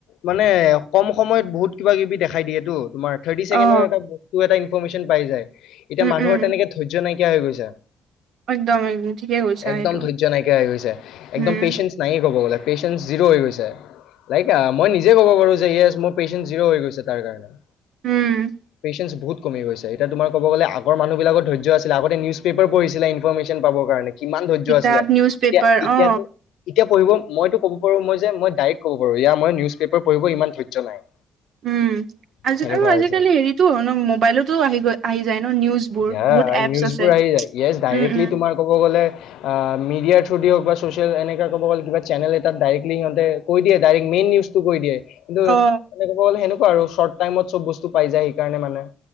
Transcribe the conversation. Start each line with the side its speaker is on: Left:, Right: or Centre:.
Left: মানে কম সময়ত বহুত কিবা কিবি দেখাই দিয়েতো তোমাৰ- থাৰ্টি ছেকেণ্ডৰ
Right: অ
Left: এটা বস্তু এটা ইনফেশ্যন পাই যায় এতিয়া
Right: উম
Left: মানুহৰ
Right: উম
Left: তেনেকে ধৈৰ্য্য নাইকিয়া হৈ গৈছে।
Right: একদম একদম ঠিকে কৈছা
Left: একদম
Right: সেইটো
Left: ধৈৰ্য্য নাইকিয়া হৈ গৈছে,
Right: উম
Left: একদম পেচে- ণ্ট নাইয়ে ক'ব গলে, পেচেঞ্চ জিৰো হৈ গৈছে। লাইক মই নিজে ক'ব পাৰো যে ইয়েছ মোৰ পেচেন্ট জিৰ' হৈ গৈছে তাৰ কাৰণে।
Right: উম
Left: চেঞ্চ বহুত কমি গৈছে, এতিয়া তোমাৰ ক'ব গলে আগৰ মানুহবিলাকৰ ধৈয্য আছিল আগতে নিউজ পেপাৰ। পঢ়িছিলে ইনফৰ্মেশ্যন পাবৰ কাৰণে কিমান ধৈৰ্য্য
Right: কিতাপ
Left: আছিলে
Right: নিউজ পেপাৰ
Left: এতিয়া এতিয়াতো-
Right: অ
Left: এতিয়া পঢ়িব মইতো ক'ব পাৰো মই যে মই ডাইৰেক্ট কব পাৰো এইয়া মই নিউজ পেপাৰ পঢ়িব ইমান ধৈৰ্য্য নাই।
Right: উম আজি
Left: সেনেকুৱা
Right: আৰু আজিকালি
Left: হৈছে
Right: হেৰিতো হয় ন মোবাইলতো আহি গৈ- আহি যায় ন নিউজ বোৰ
Left: ইয়াৰ
Right: বহুত এপচ
Left: নিউজবোৰ
Right: আছে
Left: আহি যায় য়েছ ডাইৰেক্টলি
Right: উম উম।
Left: তোমাৰ ক'ব গ'লে- আ মিডিয়া থ্ৰু দি হওক বা‌ চচিয়েল এনেকে ক'ব গ'লে কিবা চেনেল এটাত ডাইৰেক্টলি সিহঁতে কৈ দিয়ে ডাইৰেক্ট মেইন নিউজ- টো কৰি দিয়ে কিন্তু
Right: অ
Left: মানে ক'ব গ'লে সেনেকোৱা আৰু শৰ্ট টাইমত চব বস্তু পাই যায় সেইকাৰণে মানে।